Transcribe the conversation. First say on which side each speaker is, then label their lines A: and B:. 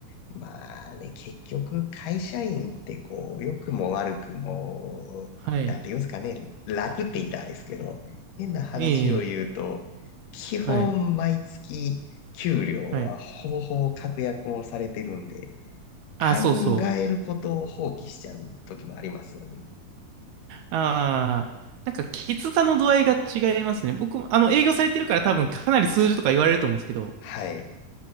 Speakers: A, on the left; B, on the right.
A: まあね、結局、会社員ってこう、良くも悪くも、
B: はい。
A: なんて言うんですかね、楽って言ったらあれですけど、変な話を言うと、
B: ええ、
A: 基本毎月給料はほぼほぼ確約をされてるんで、
B: はい。はい。
A: 考えることを放棄しちゃう時もありますよね。
B: あ、そうそう。ああ、なんか、きつさの度合いが違いますね。僕も、あの、営業されてるから多分かなり数字とか言われると思うんですけど、
A: はい。